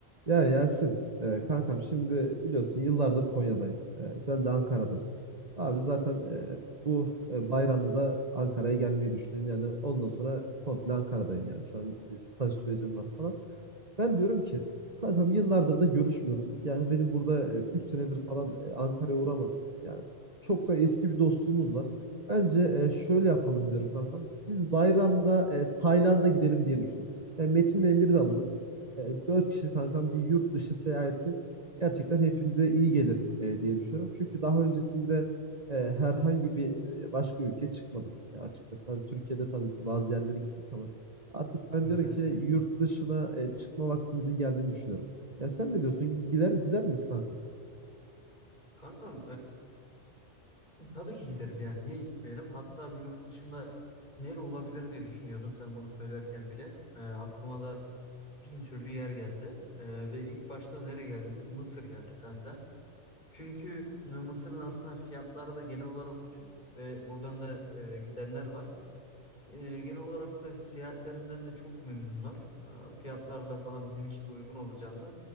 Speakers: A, on the right (about 35°); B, on the left (about 40°).
A: Ya Yasin, e, kankam şimdi biliyorsun yıllardır Konya'dayım. E, sen de Ankara'dasın. Abi zaten e, bu e, bayramda da Ankara'ya gelmeyi düşünüyorum. Yani ondan sonra komple Ankara'dayım yani. Şu an bir staj sürecim var falan. Ben diyorum ki kankam yıllardır da görüşmüyoruz. Yani benim burada e, 3 senedir falan e, Ankara'ya uğramadım. Yani çok da eski bir dostluğumuz var. Bence e, şöyle yapalım diyorum kankam. Biz bayramda e, Tayland'a gidelim diye düşündüm. Yani Metin'le Emir'i de alırız e, 4 kişi kankam bir yurt dışı seyahati gerçekten hepimize iyi gelir e, diye düşünüyorum. Çünkü daha öncesinde e, herhangi bir e, başka ülkeye çıkmadık e, açıkçası. Hani Türkiye'de tabii ki bazı yerlere gittik ama artık ben
B: Evet
A: diyorum
B: evet
A: ki yurt
B: kesinlikle.
A: dışına e, çıkma vaktimizin geldiğini düşünüyorum. Ya sen ne diyorsun? Gider gider miyiz kanka?
B: Kankam eee, tabii ki gideriz yani niye gitmeyelim? Hatta bir yurt dışında nere olabilir diye düşünüyordum sen bunu söylerken bile. Eee, aklıma da bin türlü yer geldi. Eee, ve ilk başta nere geldi? Mısır geldi kanka. Çünkü e, Mısır'ın aslında fiyatları da genel olarak ucuz ve buradan da e, gidenler var. E, genel olarak da seyahatlerinden de çok memnunlar. E, fiyatlar da falan bizim için de uygun olacağından.